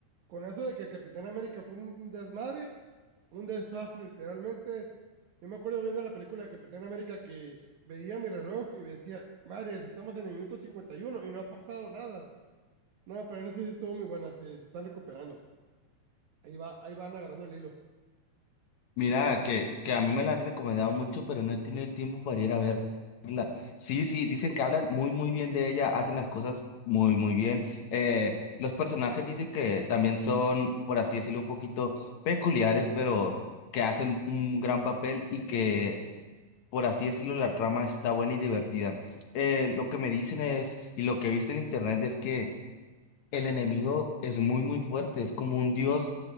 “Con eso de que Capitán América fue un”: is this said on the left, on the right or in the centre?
Right